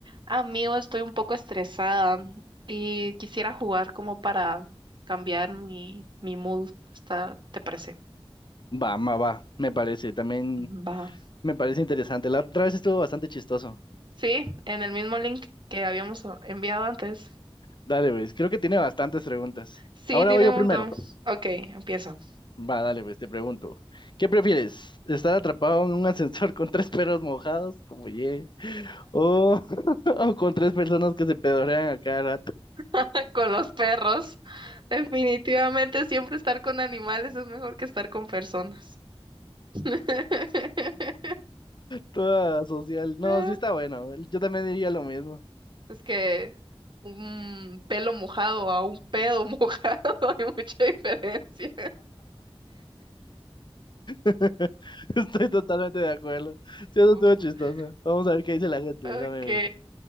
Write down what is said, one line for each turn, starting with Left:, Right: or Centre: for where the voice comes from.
Right: Amigo, estoy un poco estresada y quisiera jugar como para cambiar mi, mi mood. Está, ¿te parece?
Left: Va, ma, va, me parece, también
Right: Va.
Left: me parece interesante. La otra vez estuvo bastante chistoso.
Right: Sí, en el mismo link que habíamos o- enviado antes.
Left: Dale, pues, creo que tiene bastantes preguntas.
Right: Sí,
Left: Ahora
Right: tiene
Left: voy yo
Right: un
Left: primero.
Right: montón. Ok, empiezo.
Left: Va, dale, pues, te pregunto. ¿Qué prefieres? ¿Estar atrapado en un ascensor con tres perros mojados, como ye? O, <laughs> o con tres personas que se pedorean a cada rato?
Right: <laughs> Con los perros. Definitivamente siempre estar con animales es mejor que estar con personas. <laughs>
Left: Toda social. No,
Right: Ah,
Left: sí está bueno. Yo también diría lo mismo.
Right: Es que un pelo mojado a un pedo mojado <laughs> hay mucha diferencia.
Left: <laughs> Estoy totalmente de acuerdo. Sí, eso
Right: <laughs>
Left: estuvo chistoso. Vamos a ver qué dice la gente,
Right: Ok.
Left: déjame ver.